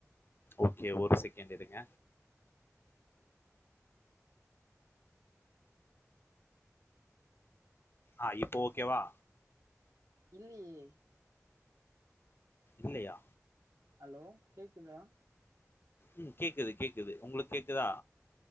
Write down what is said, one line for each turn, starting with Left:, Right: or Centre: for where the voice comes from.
Left: ஓகே ஒரு செகண்ட் இருங்க ஆ இப்போ ஓகேவா
Right: இல்லேயே
Left: இல்லயா
Right: ஹலோ கேக்குதா
Left: ம் கேக்குது கேக்குது உங்களுக்கேக்குதா